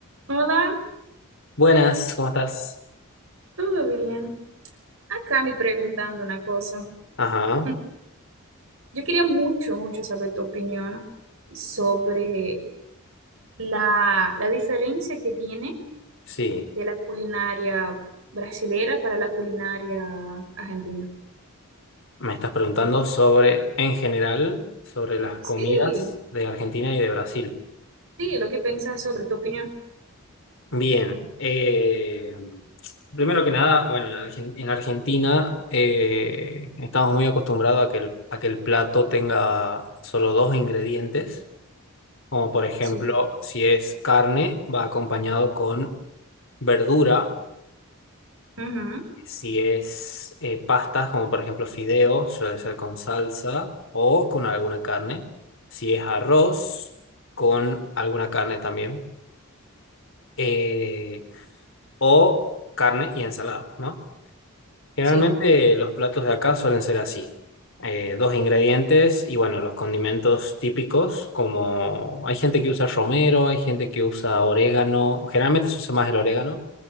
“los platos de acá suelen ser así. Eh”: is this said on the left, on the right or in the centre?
Left